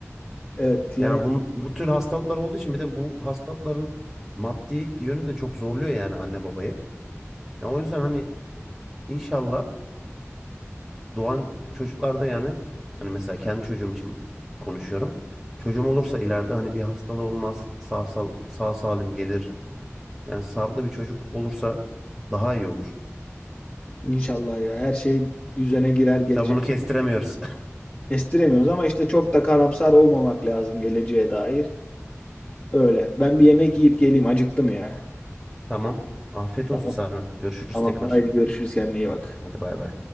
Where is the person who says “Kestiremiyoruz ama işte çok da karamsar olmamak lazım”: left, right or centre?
Left